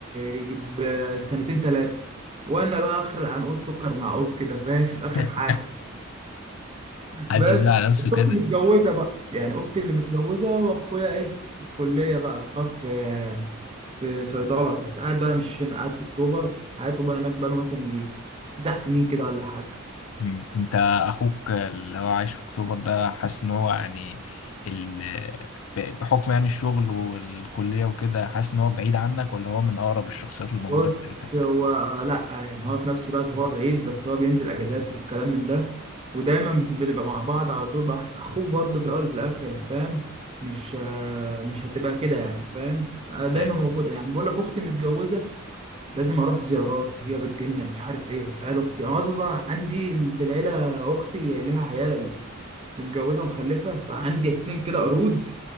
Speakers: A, on the right; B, on the left.
A: يجي بسنتين تلاتة وأنا بقى آخر عنقود سكر معقود كده فاهم <laughs> آخر
B: <laughs>
A: حاجة
B: حد
A: بس بس
B: يقول على نفسه كده
A: اختي متجوزه بقى يعني اختي اللي متجوزه واخويا ايه في الكليه بقى خاف في في صيدله بس قاعد بقى مش هنا قاعد في اكتوبر حياته بقى هناك بقى له مثلا نجي تسع سنين كده ولا حاجه
B: مم. انت اخوك اللي هو عايش في اكتوبر ده حاسس ان هو يعني ال... ب- بحكم يعني الشغل والكلية وكده حاسس ان هو بعيد عنك ولا هو من اقرب الشخصيات اللي موجودة
A: بص
B: في عيلتك
A: هو لا يعني هو في نفس الوقت هو بعيد بس هو بينزل اجازات والكلام من ده ودايما بنبقى مع بعض على طول بقى أصل اخوك برضه في الاول وفي الاخر يعني فاهم مش آه، مش هتبقى كده يعني فاهم آه، دايما
B: ايوه
A: موجوده يعني بقول لك اختي متجوزه لازم اروح زيارات هي بتجيلنا مش عارف ايه عيال اختي انا اصلا عندي في العيله اختي لها عيال متجوزه ومخلفه فعندي اتنين كده قرود